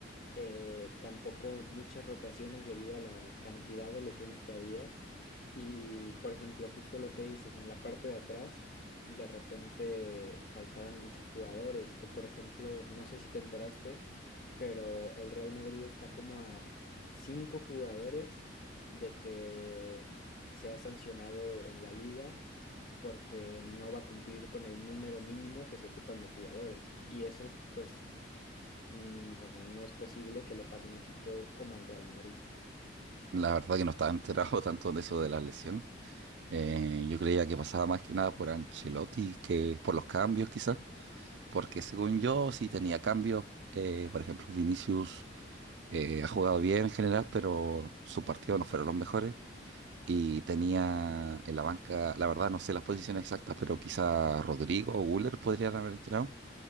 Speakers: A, on the left; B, on the right.
A: eh, tampoco muchas rotaciones debido a la cantidad de lesiones que había. Y, por ejemplo, justo lo que dices, en la parte de atrás, de repente faltaban muchos jugadores. O, por ejemplo, no sé si te enteraste, pero el Real Madrid está como a cinco jugadores de que sea sancionado en la liga porque no va a cumplir con el número mínimo que se ocupan de jugadores. Y eso, pues Mm, o sea, no es posible que le pase a un equipo como al Real Madrid.
B: La verdad que no estaba enterado <laughs> tanto de eso de las lesiones. Eh, yo creía que pasaba más que nada por Ancelotti que por los cambios quizás, porque según yo sí tenía cambios, eh, por ejemplo Vinicius eh, ha jugado bien en general, pero sus partidos no fueron los mejores y tenía en la banca, la verdad no sé las posiciones exactas, pero quizá Rodrigo o Güler podrían haber entrado